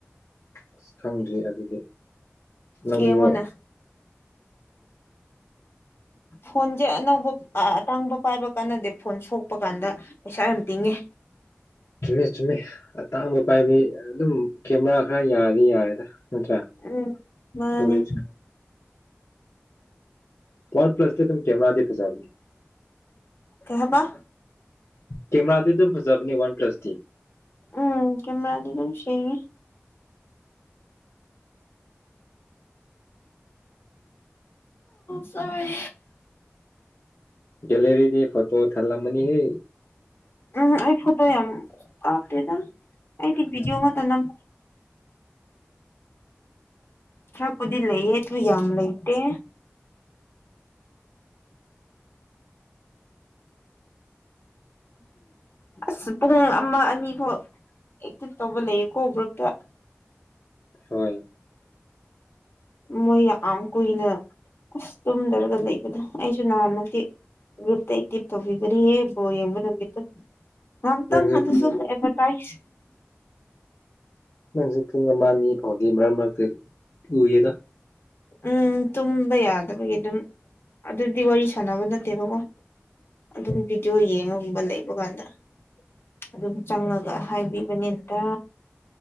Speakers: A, on the left (about 70°); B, on the left (about 55°).
A: ꯑꯁ ꯈꯪꯗ꯭ꯔꯤ ꯑꯗꯨꯗꯤ ꯂꯧꯕ꯭ꯔꯣ
B: ꯌꯦꯡꯉꯣꯅ ꯐꯣꯟꯁꯦ ꯑꯅꯧꯕ ꯑꯇꯥꯡꯕ ꯄꯥꯏꯕ ꯀꯥꯟꯅꯗꯦ ꯐꯣꯟ ꯁꯣꯛꯄ ꯀꯥꯟꯗ ꯄꯩꯁꯥ ꯌꯥꯝ ꯇꯤꯡꯉꯦ
A: ꯆꯨꯝꯃꯦ ꯆꯨꯝꯃꯦ ꯑꯇꯥꯡꯕ ꯄꯥꯏꯕꯩ ꯑꯗꯨꯝ ꯀꯦꯃꯦꯔꯥ ꯈꯔ ꯌꯥꯔꯗꯤ ꯌꯥꯔꯦꯗ ꯅꯠꯇ꯭ꯔꯥ
B: ꯎꯝ ꯃꯥꯅꯤ
A: ꯇꯔꯤ ꯋꯥꯟ ꯄ꯭ꯂꯁ ꯇꯤ ꯑꯗꯨꯝ ꯀꯦꯃꯦꯔꯗꯤ ꯐꯖꯥꯕꯅꯦ
B: ꯀꯩ ꯍꯥꯏꯕ
A: ꯀꯦꯃꯦꯔꯥꯗꯤ ꯑꯗꯨꯝ ꯐꯖꯕꯅꯤ ꯋꯥꯟ ꯄ꯭ꯂꯁꯇꯤ
B: ꯎꯝ ꯀꯦꯃꯦꯔꯗꯤ ꯑꯗꯨꯝ ꯁꯦꯡꯒꯦ ꯆꯔꯦ꯫
A: ꯒꯦꯂꯔꯤꯗꯤ ꯐꯣꯇꯣ ꯊꯜꯂꯝꯃꯅꯤ ꯍꯦ
B: ꯎꯝ ꯑꯩ ꯐꯣꯇꯣ ꯌꯥꯝ ꯀꯞꯇꯦꯗ ꯑꯩꯗꯤ ꯕꯤꯗꯤꯌꯣ
A: ꯎꯝ
B: ꯃꯇꯥ ꯅꯝ ꯈꯔꯄꯨꯗꯤ ꯂꯩꯌꯦ ꯑꯗꯨ ꯌꯥꯝ ꯂꯩꯇꯦ ꯑꯁ ꯄꯨꯡ ꯑꯃ ꯑꯅꯤ ꯐꯥꯎ ꯇꯧꯕ ꯂꯩꯌꯦꯀꯣ ꯒ꯭ꯔꯨꯞꯇ
A: ꯍꯣꯏ
B: ꯃꯣꯏ ꯑꯝ ꯀꯨꯏꯅ ꯑꯁ ꯇꯨꯝꯗꯔꯒ ꯂꯩꯕꯗꯣ ꯑꯩꯁꯨ ꯅꯍꯥꯟꯃꯛꯇꯤ ꯒ꯭ꯔꯨꯞꯇ ꯇꯩ ꯇꯕꯅꯤꯍꯦ ꯕꯥꯜ ꯌꯦꯡꯕ ꯅꯃꯤꯠꯇ ꯉꯇꯪ
A: ꯅꯪꯁꯨ
B: ꯑꯗꯨꯁꯨ
A: ꯄꯨꯡ ꯑꯃ
B: ꯑꯦꯗꯚꯔꯇꯥꯏꯁ
A: ꯅꯪꯁꯨ ꯄꯨꯡ ꯑꯃ ꯑꯅꯤ ꯐꯥꯎꯗꯤ ꯃꯔꯛ ꯃꯔꯛꯇ ꯎꯏꯌꯦꯗ
B: ꯎꯝ ꯇꯨꯝꯕ ꯌꯥꯗꯕꯒꯤ ꯑꯗꯨꯝ ꯑꯗꯨꯗꯤ ꯋꯥꯔꯤ ꯁꯥꯟꯅꯕ ꯅꯠꯇꯦꯕꯀꯣ ꯑꯗꯨꯝ
A: ꯎꯝ
B: ꯚꯤꯗꯤꯑꯣ ꯌꯦꯡꯉꯕ ꯂꯩꯕ ꯀꯥꯟꯗ ꯑꯗꯨꯝ ꯆꯪꯉꯒ ꯍꯥꯏꯕꯤꯕꯅꯦꯗ